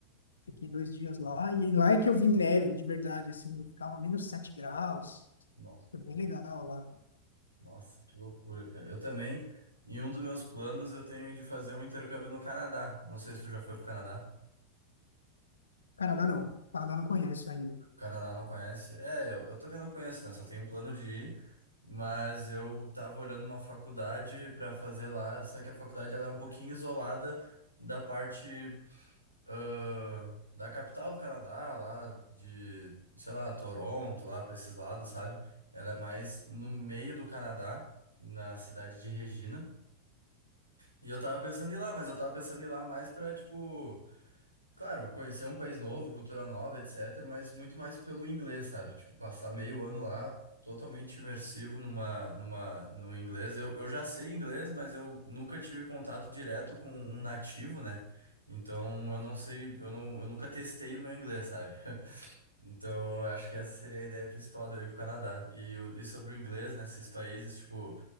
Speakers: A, on the left; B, on the right.
A: Fiquei dois dias lá e lá é que eu vi neve de verdade, assim. Ficava menos 7 graus.
B: Nossa,
A: Foi bem legal lá.
B: nossa, que loucura, cara. Eu também, em um dos meus planos, eu tenho de fazer um intercâmbio no Canadá. Não sei se tu já foi pro Canadá.
A: Canadá não. Canadá não conheço ainda.
B: Canadá não conhece. É, eu, eu também não conheço, né? Só tenho plano de ir. Mas eu tava olhando uma faculdade pra fazer lá, só que a faculdade ela é um pouquinho isolada da parte ah, da capital do Canadá, lá de, sei lá, Toronto, lá pra esses lados, sabe? Ela é mais no meio do Canadá, na cidade de Regina. E eu tava pensando em ir lá, mas eu tava pensando em ir lá mais pra, tipo. Claro, conhecer um país novo, cultura nova, etc., mas muito mais pelo inglês, sabe? Tipo, passar meio ano lá totalmente imersivo numa, numa, no inglês. Eu, eu já sei inglês, mas eu nunca tive contato direto com um nativo, né? Então eu não sei, eu não, eu nunca testei o meu inglês, sabe? Então eu acho que essa seria a ideia principal de eu ir pro Canadá. E, o- e sobre o inglês, nesses países, tipo.